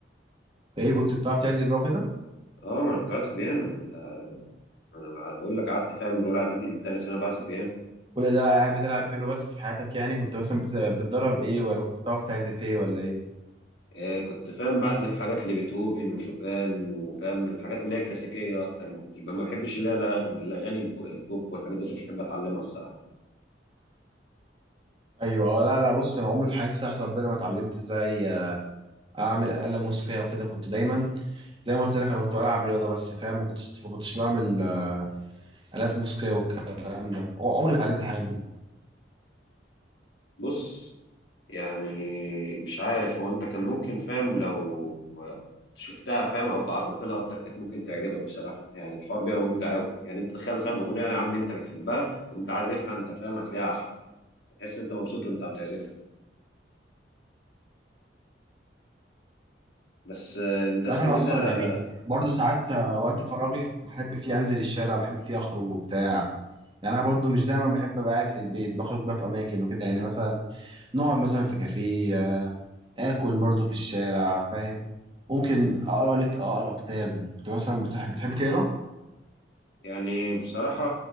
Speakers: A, on the right; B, on the left.
A: إيه كنت بتعرف تعزف بقى وكده
B: اه ما انا كنت بعزف بيانو انت انا بقول لك قعدت فاهم من اولى اعدادي لتانية ثانوي بعزف بيانو
A: كل ده قاعد بتلعب بينه بس في حياتك يعني كنت مثلا بت... بتتدرب إيه ولا كنت بتعرف تعزف إيه ولا إيه
B: آه كنت فاهم بعزف حاجات لبيتهوفن وشوبان وفاهم الحاجات اللي هي كلاسيكية اكتر ما كنتش ما بحبش اللي هي لا- الاغاني الب- البوب والحاجات دي كنتش بحب اتعلمها الصراحة
A: ايوه آه، لا لا بص انا عمري في حياتي صراحه ربنا ما اتعلمت ازاي آه، اعمل آلة موسيقيه وكده كنت دايما زي ما قلت لك انا كنت بلعب رياضه بس فاهم ما كنتش ما كنتش بعمل آه، آلات موسيقيه والكلام ده عم- عمري ما اتعلمت الحاجات دي
B: بص يعني مش عارف هو انت كان ممكن فاهم لو شفتها فاهم او تعرضت لها اكتر كانت ممكن تعجبك بصراحه يعني الحوار بيبقى ممتع قوي يعني انت تخيل فاهم اغنيه يا عم انت بتحبها وانت عازفها انت فاهم هتلاقيها احلى تحس انت مبسوط وانت بتعزفها بس آه، انت اسمه
A: عارف انا
B: ايه
A: اصلا
B: ده
A: يعني برضو ساعات آه، وقت فراغي بحب فيه انزل الشارع بحب فيه اخرج وبتاع يعني انا برضو مش دايما بحب ابقى قاعد في البيت بخرج بقى في اماكن وكده يعني مثلا نقعد مثلا في كافيه آه، اكل برضو في الشارع فاهم ممكن اقرا لك اقرا كتاب انت مثلا بتحب بتحب تقرا
B: يعني بصراحه